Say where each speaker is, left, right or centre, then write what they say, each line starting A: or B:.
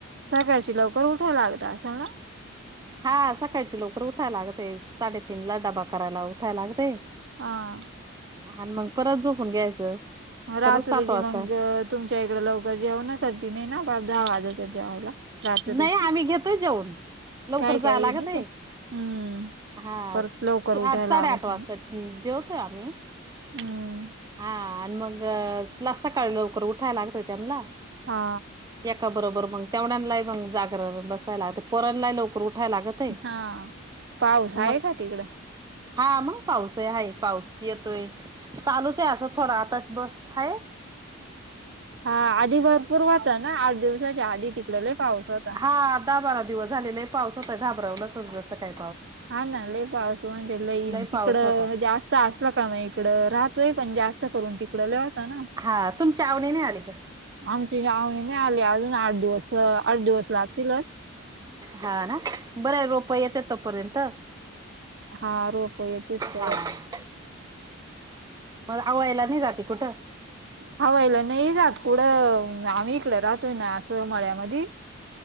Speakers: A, on the right; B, on the right.
A: सकाळशी लवकर उठाय लागत अस ना.
B: हा सकाळची लवकर उठायला लागते साडेतीन ला डबा करायला उठाय लागते.
A: हा.
B: आणि मग परत झोपून घ्यायचं.
A: मग रात्री
B: परत सात
A: जी
B: वाजता
A: मग तुमच्या इकडे लवकर जेव ना कटी नाही ना बार दहा वाजाच्या जेवायला. रात्रीची
B: नाही आम्ही घेतोय जेऊन. लवकर
A: काय
B: जाय
A: काही
B: लागतंय
A: नाही काय हम्म
B: हा
A: परत लवकर उठायला
B: आठ साडे
A: लागत
B: आठ वाजता. हम जेवतोय आम्ही.
A: हम.
B: हा आणि मग तुला सकाळ लवकर उठायला लागत त्यांला.
A: हा.
B: एका बरोबर मग तेवढ्यांलाही मग जागर बसायला आता. पोरांला लोकर उठाय लागत आहे
A: हा पाऊस
B: मग.
A: आहे का तिकडं
B: हा मग पाऊस आहे हे पाऊस येतोय. काळोख आहे असं थोडं आताच बस हय
A: हा आधी भरपूर होता ना आठ दिवसाच्या आधी तिकड लय पाऊस होता.
B: हा दहा बारा दिवस झाले लय पाऊस होता घाबरवलाच जसं काय.
A: हा ना लय पाव अस म्ह लन
B: लय
A: तिकडं
B: पाऊस होता
A: जास्त असला का म इकडं राहतोय पण जास्त करून तिकडं लय होता ना.
B: हा तुमच्या आवणी नाय आली का.
A: आमची आवणी नाही आली अजून आठ दिवस आठ दिवस लागतील.
B: हा ना बरं रोप येत तो पर्यंत हा.
A: हा रोप येतेत तवर
B: ह मग आवयला नाही जाते कुठं.
A: हवयला नाही जात कुढं आम्ही इकड राहतोय ना असं मळ्यामध्ये.